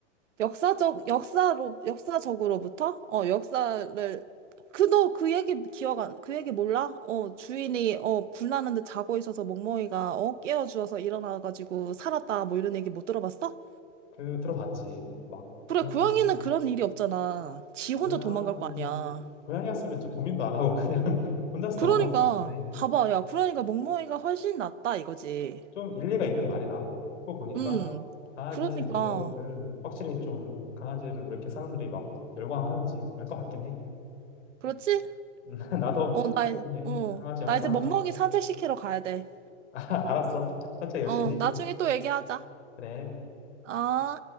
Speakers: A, on the right; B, on the left.
A: 역사적, 역사로, 역사적으로부터? 어, 역사를, 그, 너 그 얘기 기억 안, 그 얘기 몰라? 어, 주인이, 어, 불나는데 자고 있어서 멍멍이가, 어, 깨워주어서 일어나가지고 살았다, 뭐 이런 얘기 못 들어봤어?
B: 그 들어봤지 막
A: 그래,
B: 고양
A: 고양이는
B: 강
A: 그런 일이 없잖아. 지 혼자
B: 고양이
A: 도망갈 거 아니야.
B: 고양이였으면 저 고민도 안 하고 그냥 <laughs> 혼자서
A: 그러니까,
B: 도망갈 것 같긴 해.
A: 봐봐, 야, 그러니까 멍멍이가 훨씬 낫다, 이거지.
B: 좀 일리가 있는 말이다. 그거 보니까
A: 음,
B: 강아지의
A: 그러니까,
B: 매력을 확실히 좀 강아지를 왜 이렇게 사람들이 막 열광하는지 알 것 같긴 해.
A: 그렇지?
B: <laughs> 나도
A: 어, 나,
B: 나중에
A: 어,
B: 강아지 영상
A: 나 이제 멍멍이 산책시키러 가야 돼.
B: <laughs> 알았어. 천천히 열심히.
A: 어, 나중에 또 얘기하자.
B: 그래.
A: 어,